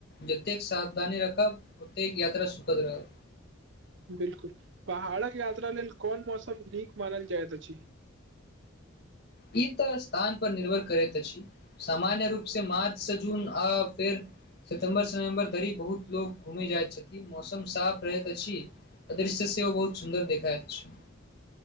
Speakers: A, on the left; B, on the right.
A: जतेक सावधानी रखब ओतेक यात्रा सुखद रहत।
B: बिल्कुल पहाड़क यात्रा लेल कोन मौसम नीक मानल जाइत अछि।
A: ई तऽ स्थान पर निर्भर करैत अछि। सामान्य रूप से मार्च सँ जून आ फेर सितम्बरसँ नवम्बर धरि बहुत लोग घूमे जाइत छथिन मौसम साफ रहैत अछि। आ दृश्य सेहो बहुत सुन्दर देखाइत छै।